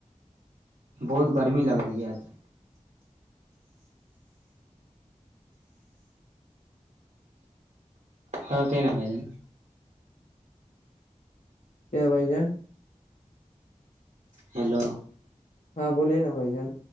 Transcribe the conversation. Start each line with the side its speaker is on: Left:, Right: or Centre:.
Right: بہت گرمی لگ رہی ہے آج ہ تین بائی جان
Left: کیا بھائی جان
Right: ہیلو
Left: ہاں بولیے نا بھائی جان